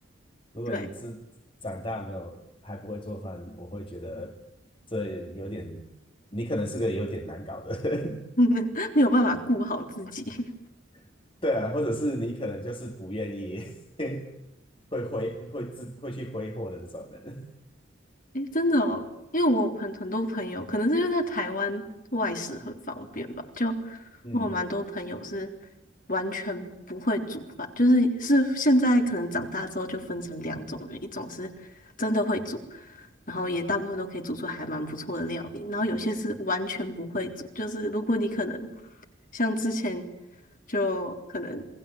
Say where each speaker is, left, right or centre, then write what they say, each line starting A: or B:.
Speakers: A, on the left (about 45°); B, on the left (about 25°).
A: <laughs>
B: 如果你自长大没有还不会做饭，
A: 对，
B: 我会觉得这有点，你可能是个有点难搞的人，
A: <laughs> 没有办法顾好自己。<laughs>
B: <laughs> 对啊，或者是你可能就是不愿意 <laughs> 会挥会自会去挥霍的这种人，
A: 诶，真的哦，因为我有朋很多朋友，可能是因为在台湾外食很方便吧，就
B: 嗯，
A: 我有蛮多朋友是完全不会煮饭，就是是现在可能长大之后就分成两种人，一种是真的会煮，然后也大部分都可以煮出还蛮不错的料理，然后有些是完全不会煮，就是如果你可能像之前。就可能